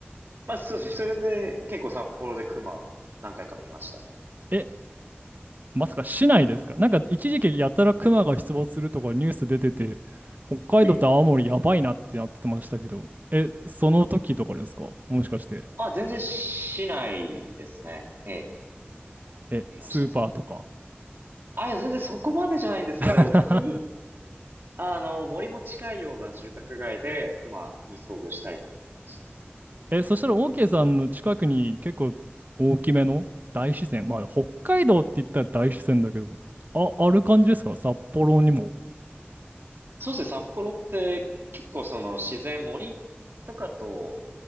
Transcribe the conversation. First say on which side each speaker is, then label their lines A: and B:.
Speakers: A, on the right; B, on the right.
A: まあ、そうですね。それで結構札幌で熊を何回か見ましたね。
B: え、まさか市内ですかなんか一時期やたらクマが出没するとかニュース出てて、北海道と青森やばいなってなってましたけど、
A: ええ。
B: え、その時とかですかもしかして。
A: あ、全然市内ですね。ええ、
B: え、スーパーとか。
A: 見ましたね。あ、いや、全然そこまでじゃないんですけど、
B: <laughs>
A: 普通に、あの、森も近いような住宅街で熊に遭遇したりとかでしたね。
B: え、そしたら OK さんの近くに結構大きめの大自然、まあ北海道って言ったら大自然だけど、あ、ある感じですか札幌にも。
A: そうですね、札幌って結構その自然、森とかと、